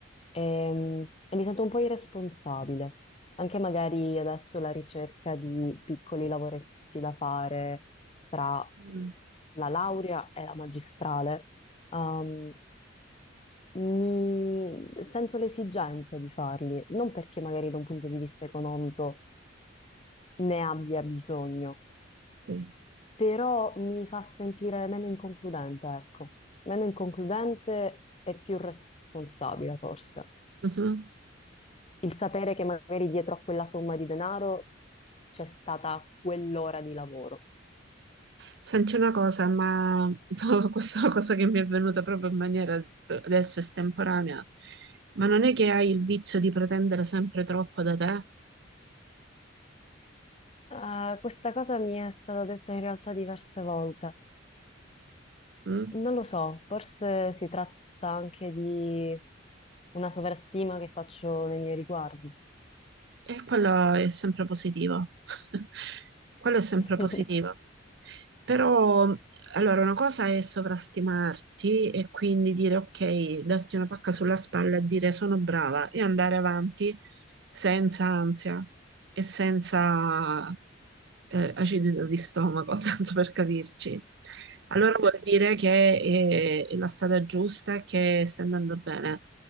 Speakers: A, on the left; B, on the right.
A: e, e mi sento un po' irresponsabile, anche magari adesso la ricerca di piccoli lavoretti da fare tra
B: Mm.
A: la laurea e la magistrale. ehm, mi sento l'esigenza di farli, non perché magari da un punto di vista economico ne abbia bisogno,
B: Sì.
A: però mi fa sentire meno inconcludente, ecco, meno inconcludente e più responsabile forse.
B: Mhm.
A: Il sapere che magari dietro a quella somma di denaro c'è stata quell'ora di lavoro.
B: Senti una cosa, ma <laughs> questa è una cosa che mi è venuta proprio in maniera adesso estemporanea, ma non è che hai il vizio di pretendere sempre troppo da te?
A: Eh, questa cosa mi è stata detta in realtà diverse volte.
B: mm?
A: Non lo so, forse si tratta anche di una sovrastima che faccio nei miei riguardi.
B: E quello è sempre positivo. <laughs> Quello è sempre
A: <laughs>
B: positivo. Però, allora, una cosa è sovrastimarti e quindi dire ok, darti una pacca sulla spalla e dire sono brava e andare avanti senza ansia e senza eh, acidità di stomaco, <laughs> tanto per capirci. Allora vuol dire che è, è la strada giusta e che sta andando bene.